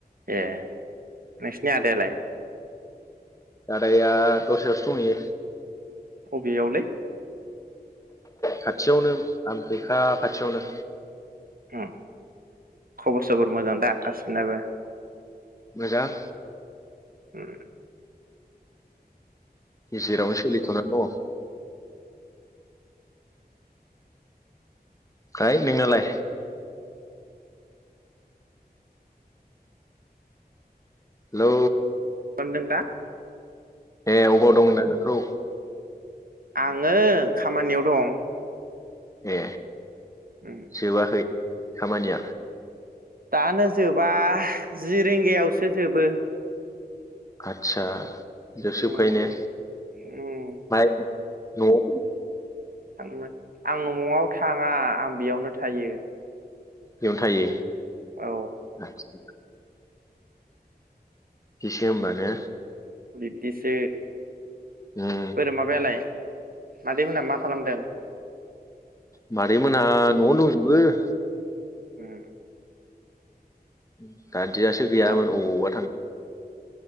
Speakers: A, on the right; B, on the left.
A: ए नोंसिनि आदायालाय?
B: दादाया दस्रायावसो दंहैयो।
A: बबेयावलै?
B: खाथियावनो आमबेका खाथियावनो।
A: उम खबर सबर मोजां दा गासिबनाबो?
B: मोजां।
A: उम
B: जेरावनो सोलिथ'नानै दङ। ओमफ्राय नोंनालाय? हेलौ
A: दों दा?
B: ए अबाव दं दा नों? खौ
A: आङो खामानियाव दं।
B: ए
A: उम
B: जोबाखै? खामानिया
A: दानो जोबा जि रिंगायावसो जोबो।
B: आतसा सो जोबखायो
A: उम
B: ने
A: उम
B: माहाय न'आव।
A: थांनो मोनो, आं न'आव थाङा आं बेयावनो थायो।
B: बेयावनो थायैयो।
A: औ
B: <inaudible> बिदिसो होनबा ने?
A: बिदिसो।
B: उम
A: बोरो माबायालाय? मादै मोनहा मा खालामदों?
B: मादै मोनहा न'आव दंजोबो। <inaudible>
A: उम
B: <unintelligible> दादियासो गैयामोन
A: माबा
B: अबावबा थां